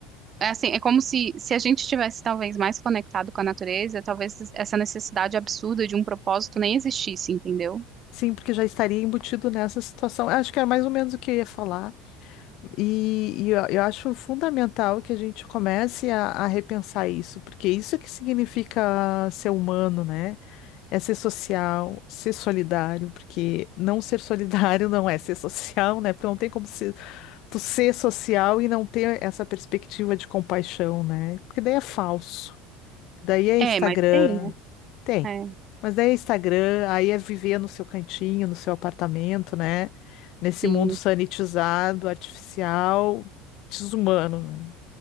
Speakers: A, on the right (about 40°); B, on the left (about 60°).
A: é, assim é como se se a gente tivesse talvez mais conectado com a natureza talvez essa necessidade absurda de um propósito nem existisse entendeu?
B: Sim, porque já estaria embutido nessa situação. Acho que era mais ou menos o que eu ia falar. E, e eu, eu acho fundamental que a gente comece a, a repensar isso, porque isso é que significa ser humano, né? É ser social, ser solidário, porque não ser solidário <laughs> não é ser social, né? Porque não tem como ser, tu ser social e não ter essa perspectiva de compaixão, né? Porque daí é falso. Daí é
A: É,
B: Instagram.
A: é, mas tem, né?
B: Tem.
A: É,
B: Mas daí é Instagram, aí é viver no seu cantinho, no seu apartamento, né? Nesse
A: sim.
B: mundo sanitizado, artificial, desumano, né?